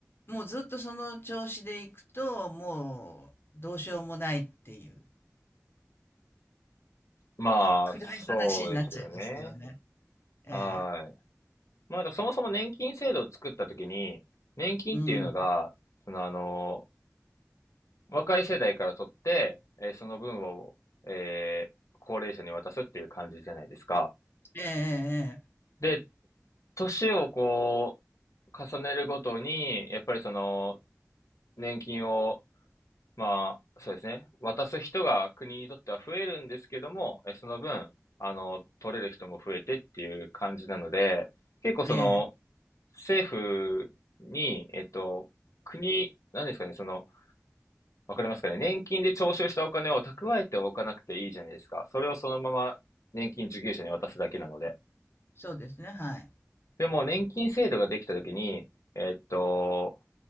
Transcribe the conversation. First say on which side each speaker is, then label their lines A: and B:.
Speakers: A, on the left; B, on the left.
A: もうずっとその調子でいくと、もうどうしようもないっていう。
B: まあ、
A: 暗い話になっちゃいますけどね。
B: そうですよね。
A: ええ。
B: はい。まあ、なんかそもそも年金制度を作ったときに、年金っていうのが、
A: うん。
B: そのあの、若い世代から取って、えーその分を、えー高齢者に渡すっていう感じじゃないですか。
A: えええ
B: で、年をこう、重ねるごとに、やっぱりその、年金を、まあ、そうですね、渡す人が国にとっては増えるんですけども、えその分、あの、取れる人も増えてっていう感じなので、結構その、
A: えええ。ええ。
B: 政府に、えっと、国、何ですかね、その、わかりますかね、年金で徴収したお金を蓄えておかなくていいじゃないですか。それをそのまま年金受給者に渡すだけなので。
A: そうですね、はい。
B: でも、年金制度ができたときに、えっと、